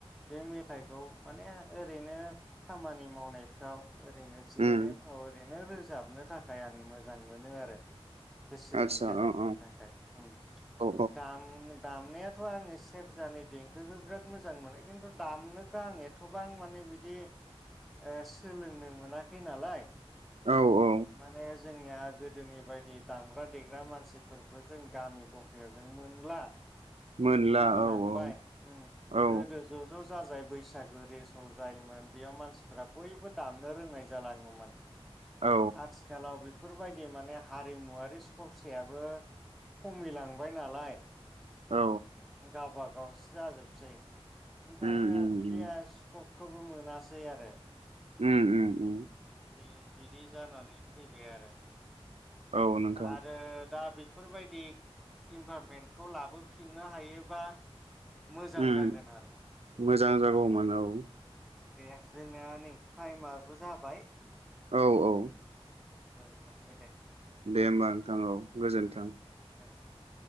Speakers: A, in the centre; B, on the right.
A: बे मेथाइखौ माने ओरैनो खामानि मावनायफ्राव ओरैनो जिरायनायफ्राव
B: उम
A: ओरै नो रोजाबनो थाखाय आं मोजां मोनो आरो बेसेननि
B: आतसा
A: गेजेर
B: औ
A: नि
B: औ
A: थाखाय उम
B: औ
A: दाम दामनायाथ' आङो सेरजानि देंखोखो बिराद मोजां मोनो किनतु दामनोखो आं एथ'बां माने बिदि ओ सोलोंनो मोनाखै नालाय
B: औ औ
A: माने जोंनिया गोदोनि बायदि दामग्रा देग्रा मानसि फोरफो जों गामि गफायाव जों मोनला।
B: मोनला
A: खमिलांबाय
B: औ औ
A: उम
B: औ
A: गोदो ज' ज' जाजाय बैसागो रेसल जायोमोन बेयाव मानसिफोरा बयबो दामनो रोंनाय जालाङोमोन।
B: औ
A: आथिखालाव बिब बेफोरबायदि माने हारिमुवारि सरसायाबो खमिलांबाय नालाय
B: औ
A: गावबा गावसो जाजोबसै ओंखायनो
B: उम उम
A: बिदिया स्क'क खौबो मोनासै आरो
B: उम उम उम
A: बे बिदि जानानै फैबाय आरो
B: औ नोंथां
A: आरो दा बिब बेफोरबायदि इनभारमेन्टखौ लाबोफिननो हायोबा मोजां
B: उम
A: जागोन आरो
B: मोजां जागौमोन औ।
A: दे जोंना नै टाइमाबो जाबाय।
B: औ औ
A: ओं थांनोसै दे।
B: दे होमबा नोंथां औ गोजोन्थों।
A: गोजोन्थों।